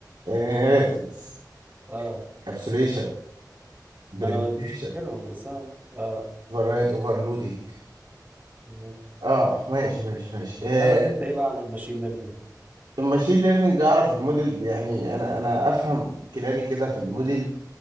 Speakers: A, on the right; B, on the right.
A: انهيرتنس
B: اه
A: ابسوليشن implementation
B: ما انا مش مش فاكرهم بس انا اه
A: اوفر رايت اوفرلودنج
B: بالظبط
A: اه ماشي ماشي ماشي آه
B: تعرف انت ايه بقى عن الماشين ليرنينج
A: الماشين ليرنينج اعرف الموديل يعني انا انا افهم كلابي كده في الموديل